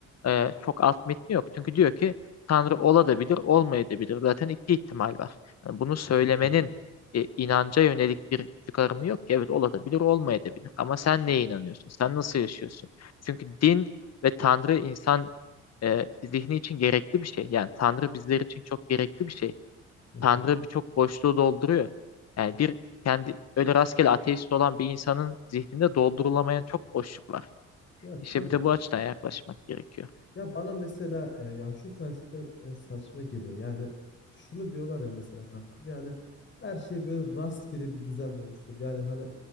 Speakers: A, on the left; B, on the left.
A: e, çok alt metni yok. Çünkü diyor ki Tanrı olabilir, olmayabilir. Zaten iki ihtimal var. Yani bunu söylemenin
B: Kesinlikle.
A: e, inanca yönelik bir çıkarımı yok ki. Evet olabilir, olmayabilir. Ama sen neye inanıyorsun? Sen nasıl yaşıyorsun? Çünkü din ve Tanrı insan e, zihni için gerekli bir şey. Yani Tanrı bizler için çok gerekli bir şey.
B: Hı
A: Tanrı
B: hı.
A: birçok boşluğu dolduruyor. Yani bir kendi öyle rastgele ateist olan bir insanın zihninde doldurulamayan çok boşluk var.
B: Ya
A: İşte
B: tabii
A: bir de
B: ki.
A: bu açıdan yaklaşmak gerekiyor.
B: Ya bana mesela e, ya şu felsefe e, saçma geliyor. Yani şunu diyorlar ya mesela kankam. Yani her şey böyle rastgele bir düzen olmuştur. Yani hani